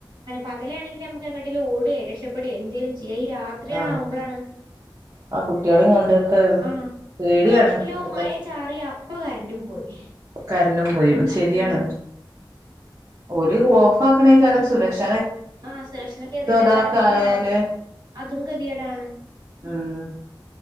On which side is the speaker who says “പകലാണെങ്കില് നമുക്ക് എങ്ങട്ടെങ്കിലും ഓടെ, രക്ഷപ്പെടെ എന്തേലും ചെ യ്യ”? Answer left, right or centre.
Right